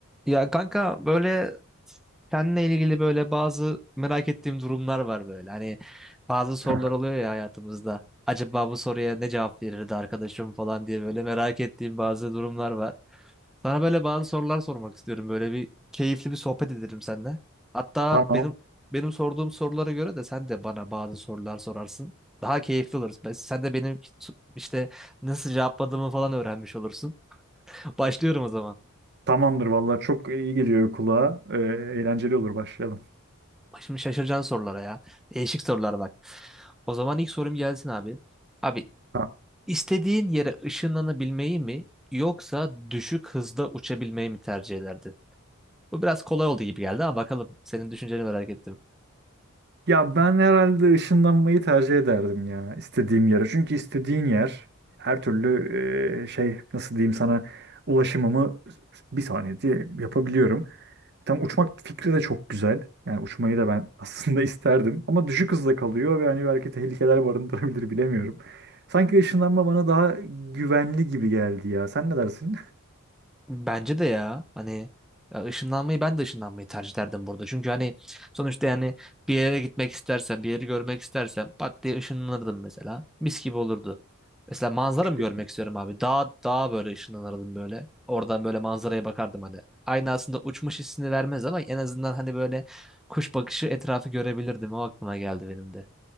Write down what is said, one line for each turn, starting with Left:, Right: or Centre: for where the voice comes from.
Centre: Ya kanka böyle seninle ilgili böyle bazı merak ettiğim durumlar var böyle. Hani bazı sorular
Right: <laughs>
Centre: oluyor ya hayatımızda. Acaba bu soruya ne cevap verirdi arkadaşım falan diye böyle merak ettiğim bazı durumlar var. Sana böyle bazı sorular sormak istiyorum. Böyle bir keyifli bir sohbet edelim seninle. Hatta
Right: Tamam.
Centre: benim benim sorduğum sorulara göre de sen de bana bazı sorular sorarsın. Daha keyifli oluruz. Ben- Sen de benim işte nasıl cevapladığımı falan öğrenmiş olursun. <laughs> Başlıyorum o zaman.
Right: Tamamdır vallahi çok iyi geliyor kulağa. Ee, eğlenceli olur başlayalım.
Centre: Bak Şimdi şaşıracaksın sorulara ya. Değişik sorular bak. O zaman ilk sorum gelsin abi. Abi
Right: Ha.
Centre: istediğin yere ışınlanabilmeyi mi yoksa düşük hızda uçabilmeyi mi tercih ederdin? Bu biraz kolay oldu gibi geldi ama bakalım senin düşünceni merak ettim.
Right: Ya ben herhalde ışınlanmayı tercih ederdim ya istediğim yere. Çünkü istediğin yer her türlü e, şey nasıl diyeyim sana ulaşımımı bir saniyede yapabiliyorum. Tam uçmak fikri de çok güzel. Yani uçmayı da ben <laughs> aslında isterdim. Ama düşük hızda kalıyor ve hani belki tehlikeler barındırabilir bilemiyorum. Sanki ışınlanma bana daha güvenli gibi geldi ya. Sen ne dersin?
Centre: Bence de ya hani ya ışınlanmayı ben de ışınlanmayı tercih ederdim burada. Çünkü hani sonuçta yani bir yere gitmek istersen bir yeri görmek istersen pat diye ışınlanırdım mesela. Mis gibi olurdu. Mesela manzara
Right: <laughs>
Centre: mı görmek istiyorum abi? Dağ, dağa böyle ışınlanırdım böyle. Oradan böyle manzaraya bakardım hani. Aynı aslında uçmuş hissini vermez ama en azından hani böyle kuş bakışı etrafı görebilirdim. O aklıma geldi benim de.